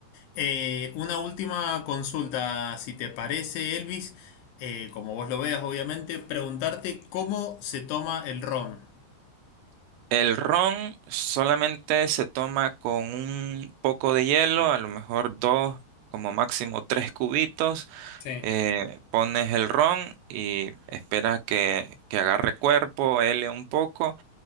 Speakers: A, on the left (about 80°); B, on the right (about 80°).
A: Eh, una última consulta, si te parece, Elvis, eh, como vos lo veas, obviamente, preguntarte cómo se toma el ron.
B: El ron solamente se toma con un poco de hielo, a lo mejor dos, como máximo tres cubitos.
A: Sí.
B: eh, pones el ron y esperas que, que agarre cuerpo, hele un poco